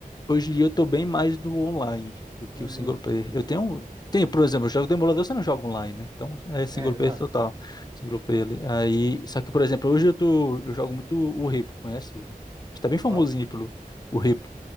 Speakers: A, on the left (about 30°); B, on the right (about 25°).
A: hoje em dia eu tô bem mais do online do que
B: Uhum.
A: o single player. Eu tenho, um, tem, por exemplo, eu jogo Demolidor, você não joga online, né? Então é single
B: É,
A: player
B: exato.
A: total, single player. ali. Aí, só que por exemplo, hoje eu tô, eu jogo muito o Repo, conhece? O- Está bem
B: Qual?
A: famosinho aí pelo o Repo,